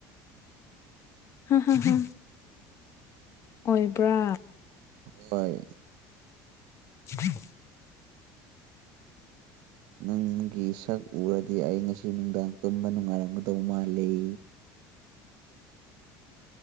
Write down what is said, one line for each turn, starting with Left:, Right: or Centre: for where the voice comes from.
Left: ꯍꯪ ꯍ ꯪꯍ ꯪꯑꯣꯏꯕ꯭ꯔꯥ
Right: ꯍꯣꯏ
Left: ꯎꯝ
Right: ꯅꯪꯒꯤ ꯁꯛ ꯎꯔꯗꯤ ꯑꯩ ꯉꯁꯤ ꯅꯨꯡꯗꯥꯡ ꯇꯨꯝꯕ ꯅꯨꯡꯉꯥꯏꯔꯝꯒꯗꯧ ꯃꯥꯜꯂꯤ